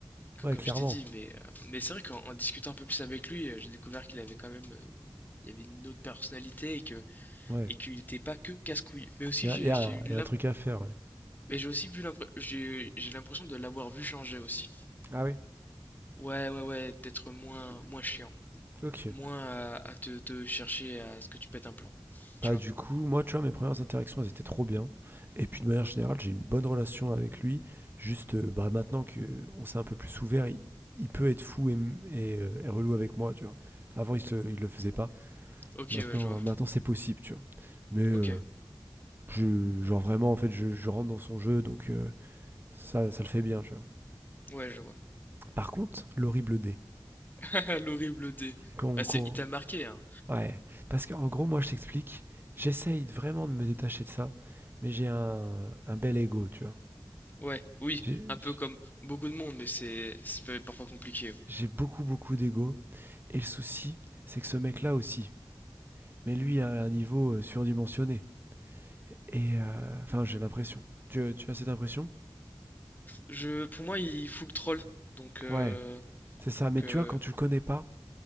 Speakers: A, on the left; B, on the right.
A: que-
B: ouais,
A: comme
B: clairement.
A: je t'ai dit, mais, euh, mais c'est vrai qu'en en discutant un peu plus avec lui, euh, j'ai découvert qu'il avait quand même, euh, il y avait une autre personnalité et que,
B: Ouais.
A: et qu'il n'était pas que casse-couille. Mais aussi,
B: Il y
A: j'ai,
B: a, y a
A: j'ai
B: un
A: eu l'imp-
B: y a un truc à faire, ouais.
A: mais j'ai aussi vu l'impr- j'ai, j'ai l'impression de l'avoir vu changer aussi.
B: Ah oui
A: Ouais, ouais, ouais, d'être moins, moins chiant,
B: Ok.
A: moins à, à te, te chercher à ce que tu pètes un plomb, tu
B: Bah,
A: vois.
B: du coup, moi, tu vois, mes premières interactions, elles étaient trop bien. Et puis, de manière générale, j'ai une bonne relation avec lui. Juste, euh, bah, maintenant qu'on s'est un peu plus ouvert, il, il peut être fou et, m- et, euh, et relou avec moi, tu vois. Avant, il, se- il le faisait pas.
A: Ok,
B: Maintenant,
A: ouais, je vois.
B: maintenant c'est possible, tu vois. Mais, euh,
A: Ok,
B: je, genre, vraiment, en fait, je, je rentre dans son jeu, donc euh, ça, ça le fait bien, tu vois.
A: ouais, je vois.
B: Par contre, l'horrible dé.
A: <laughs> L'horrible dé.
B: Quand,
A: Bah,
B: quand,
A: c'est, il t'a marqué, hein.
B: Ouais. Parce qu'en gros, moi, je t'explique, j'essaye vraiment de me détacher de ça, mais j'ai un, un bel ego, tu vois.
A: Ouais, oui,
B: J'ai
A: un peu comme beaucoup de monde, mais c'est, c'est parfois compliqué. ouais.
B: j'ai beaucoup, beaucoup d'ego. Et le souci, c'est que ce mec-là aussi. Mais lui, à un niveau euh, surdimensionné. Et. euh, Enfin, j'ai l'impression. Tu, tu as cette impression
A: Je, pour moi, il fout le troll. Donc, euh,
B: Ouais, c'est ça.
A: donc
B: Mais tu
A: euh,
B: vois, quand tu le connais pas,